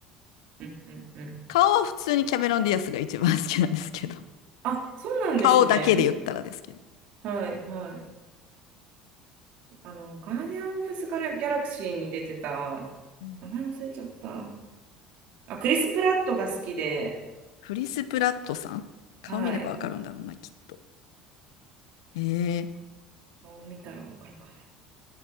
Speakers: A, on the right; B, on the left.
A: うんうんうん
B: 顔は普通にキャメロン・ディアスが一番好きなんですけど。
A: あ、そうなんですね。
B: 顔だけで言ったらですけど。
A: はいはい。あの、ガーディアン・オブ・ザ・ギャラクシーに出てた、
B: うん
A: 名前忘れちゃった。あ、クリス・プラットが好きで、
B: クリス・プラットさん顔見ればわかるんだろうな、
A: はい。
B: きっと。えー
A: 顔見たらわかるかな。